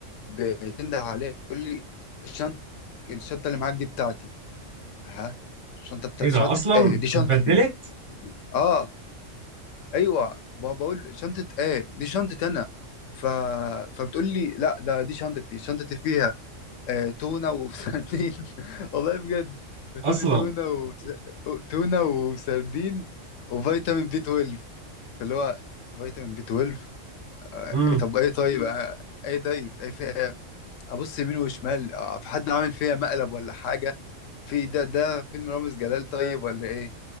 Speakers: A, on the left; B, on the right.
A: بتنده عليه يقول لي الشنطه الشنطه اللي معاك دي بتاعتي اها شنطه بتاع
B: ايه
A: شنطه
B: ده اصلا
A: آه دي شنطتي
B: اتبدلت
A: اه ايوه ما بقول شنطه ايه دي شنطه انا ف... فبتقول لي لا ده دي شنطتي شنطتي فيها آه تونه وسردين <laughs> والله بجد بتقول
B: اصلا
A: لي تونه و... تونه وسردين وفيتامين بي 12 فاللي هو فيتامين بي 12 آه
B: امم
A: طب ايه طيب آه ايه طيب ايه في ايه ابص يمين وشمال آه في حد عامل فيها مقلب ولا حاجه في ده ده فيلم رامز جلال طيب ولا ايه